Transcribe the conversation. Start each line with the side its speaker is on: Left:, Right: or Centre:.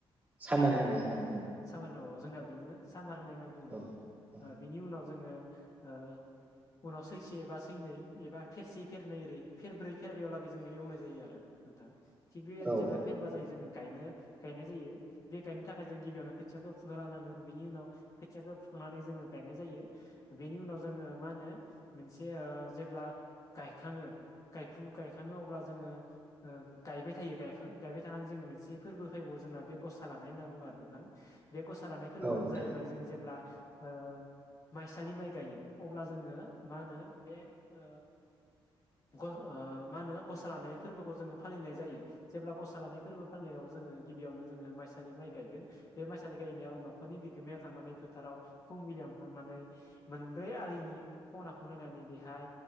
Right: सामार होनाय नाम
Left: सामार अ जोंना बिदिनो सामार होननाय होनना बुङो
Right: औ
Left: ओ बिनि उनाव जोङो ओ उनाव सैसे एबा सैनै एबा फेरसे फेरनै ओरै फेरब्रै फेरबायावलागै जोङो एवनाय जायो आरो नोंथां। थिग बेबायदिनो
Right: औ
Left: जेब्ला फेरबा जायो जोङ गायनो गायनाय जायो बे गायनो थाखाय जों गिबियावनो खोथियाखौ फुना लानांगोन बेनि उनाव खोथियाखौ फुखांनानै जोङो गायनाय जायो बेनि उनाव जोङो मा होनो मोनसे ओ जेब्ला गायखाङो गायफु गायखाङो अब्ला जोङो ओ गायबाय थायो गायखां गायबाय थानानै जोङो मोनसे फोर्बो फैबावो जोंना बे गसा लानाय होनना बुङो आरो नोंथां। बे गसा लानाय फोर्बोआनो
Right: औ नोंथां
Left: जाहैबाय जों जेब्ला ओ माइसालि माइ गायो अब्ला जोङो मा होनो बे ओ ग ओ मा होनो गसा लानाय फोर्बोखौ जोङो फालिनाय जायो जेब्ला गसा लानाय फोर्बो फालिनायाव जोङो गिबियावनो जोङो माइसालि माइ गायगोन। बे माइसालि गायनायाव न'खरनि बिगोमाया थांनानै फोथाराव फुंबिलियावनो थांनानै मोनब्रै आलिनि नि खनाखौ नायनानै बेहाय